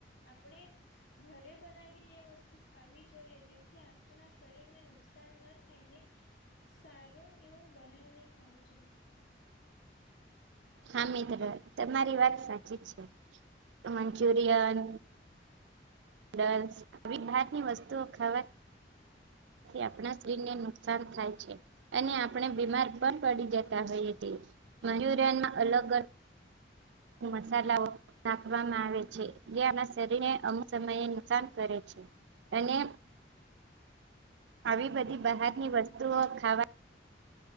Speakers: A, on the left; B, on the right.
A: આપણે. ઘરે બનાવીને એ વસ્તુ ખાવી જોઈએ. જેથી આપણા શરીરને નુકસાન ન થાયને. સારું એવું બનાવીને ખાવું જોઈ.
B: હા મિત્ર. તમારી વાત સાચી જ છે. મંચુરિયન નુડલ્સ આવી ભાત ની વસ્તુઓ ખાવાથી તેથી આપણા શરીરને નુકસાન થાય છે. અને આપણે બીમાર પણ પડી જતા હોઈએ છી. મંજુરયનમાં અલગ અલગ. ત મસાલાઓ. નાખવામાં આવે છે. જે આપણા શરીરને અમુક સમયે નુકસાન કરે છે. અને. આવી બધી બહારની વસ્તુઓ ખાવા.